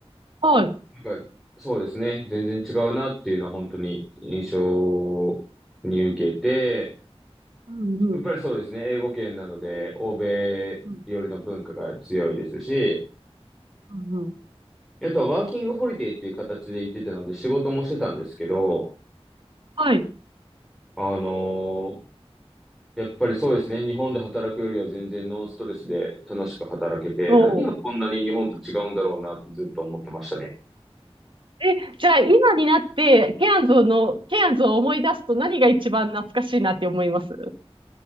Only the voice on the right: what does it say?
はい。
うんうん。
うん。うんうん。
はい。
おう。
え、じゃあ今になって、ケアンズの、ケアンズを思い出すと何が一番懐かしいなって思います